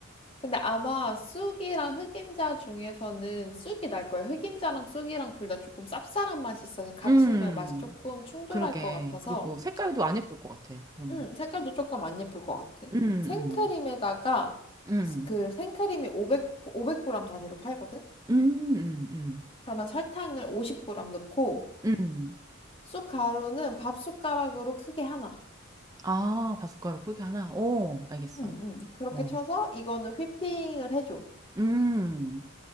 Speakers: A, on the left; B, on the right.
A: 근데 아마 쑥이랑 흑임자 중에서는 쑥이 날 거예요. 흑임자랑 쑥이랑 둘 다 조금 쌉쌀한 맛이 있어서 같이
B: 음.
A: 넣으면 맛이 조금 충돌할
B: 그러게.
A: 것 같아서
B: 그리고 색깔도 안 예쁠 것 같아. 그런
A: 음,
B: 거.
A: 색깔도 조금 안 예쁠 것 같아.
B: 음, 음,
A: 생크림에다가
B: 음,
A: 스- 그 생크림이 500, 500g 단위로 팔거든?
B: 음, 음, 음,
A: 그러면 설탕을 50g 넣고
B: 음.
A: 쑥 가루는 밥숟가락으로 크게 하나.
B: 아, 바숫가루 포기 하나? 오, 알겠어.
A: 음, 음. 그렇게
B: 어,
A: 쳐서 이거는 휘핑을 해줘.
B: 음.